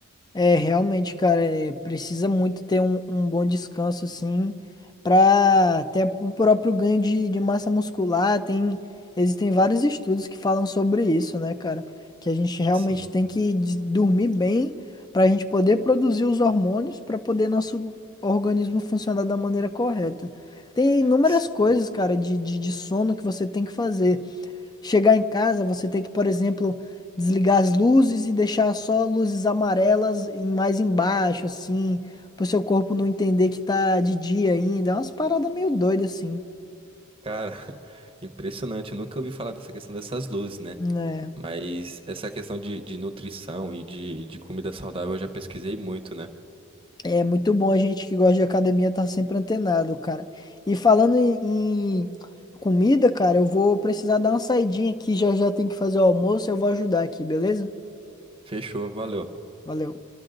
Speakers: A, on the left (about 20°); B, on the right (about 25°).
A: É, realmente, cara, é, precisa muito ter um, um bom descanso, assim, para até o próprio ganho de, de massa muscular. Tem, existem vários estudos que falam sobre isso, né, cara? Que a gente realmente
B: Sim,
A: tem que des- dormir bem para a gente poder produzir os hormônios para poder nosso organismo funcionar da maneira correta. Tem inúmeras
B: sim.
A: coisas, cara, de, de, de sono que você tem que fazer. Chegar em casa, você tem que, por exemplo, desligar as luzes e deixar só luzes amarelas em- mais embaixo, assim, pro seu corpo não entender que tá de dia ainda. É umas paradas meio doidas, assim,
B: Cara, <laughs> impressionante. Eu nunca ouvi falar dessa questão dessas luzes, né?
A: né?
B: Mas essa questão de, de nutrição e de, de comida saudável eu já pesquisei muito, né?
A: É muito bom a gente que gosta de academia tá sempre antenado, cara. E falando em, em comida, cara, eu vou precisar dar uma saidinha aqui, já já tem que fazer o almoço, eu vou ajudar aqui, beleza?
B: Fechou, valeu.
A: Valeu.